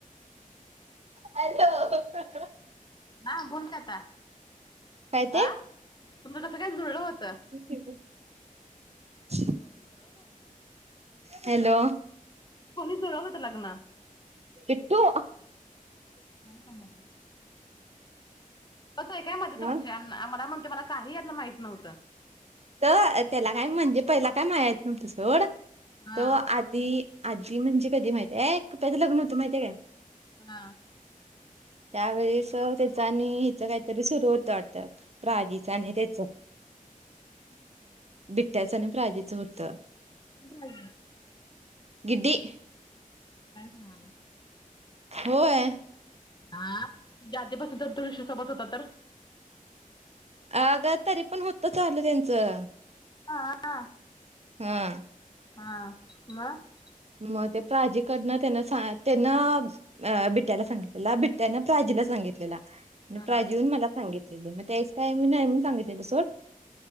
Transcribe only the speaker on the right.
<unintelligible>
काय ते
तेज.
हॅलो!
विठू.
हा
तर त्याला काय म्हणजे पहिला काय मानाय येत नव्हती सोड,
तो ती आधी म्हणजे कधी माहितय आहे, कृपयाचं लग्न होतं माहित आहे काय.
त्यावेळेस त्याच आणि हिचं काहीतरी सुरू होतं आता प्राचीचं आणि त्याच.
बिट्ट्याचं आणि प्राजेचं होतं.
गीड्डी..
होय.
अग तरी पण होत चालू त्यांचं.
हां
मग ते प्राजीकडनं त्यांना सां त्यांन अ बिट्याला सांगितलेला बिट्यानं प्राजीला सांगितलेला.
प्राची येऊन मला सांगितलेली मग त्यास काय मी नाही म्हणून सांगितलेलं सोड.